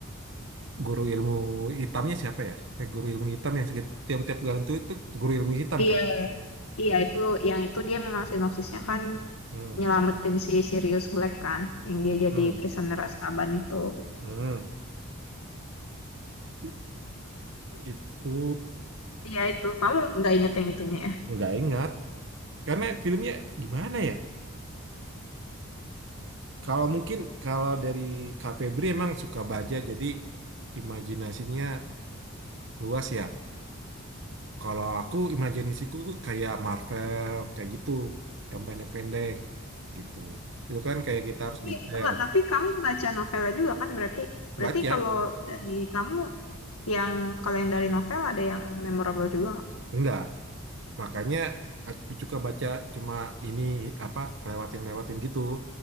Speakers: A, on the right; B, on the left.
A: guru ilmu hitamnya siapa ya eh guru ilmu hitam yang segi- tiap-tiap gantung itu guru ilmu hitam
B: iya.
A: kan
B: Iya, itu yang itu dia memang sinopsisnya kan
A: hmm
B: nyelamatin si Sirius Black kan. Yang dia jadi
A: hmm
B: Prisoner Azkaban itu.
A: hmm I- Itu
B: Iya itu. Kamu nggak inget yang itunya ya?
A: nggak ingat karena filmnya gimana ya Kalau mungkin kalau dari Kak Febri emang suka baca jadi imajinasinya luas ya. Kalau aku imajinasiku tuh kayak Marvel kayak gitu yang pendek-pendek gitu. Itu kan kayak kita harus
B: Iya,
A: detail
B: enggak. Tapi kamu baca novelnya juga kan berarti.
A: baca
B: Berarti kalau dari kamu Yang kalau yang dari novel ada yang memorable juga nggak?
A: enggak. Makanya aku suka baca cuma ini apa lewatin-lewatin gitu.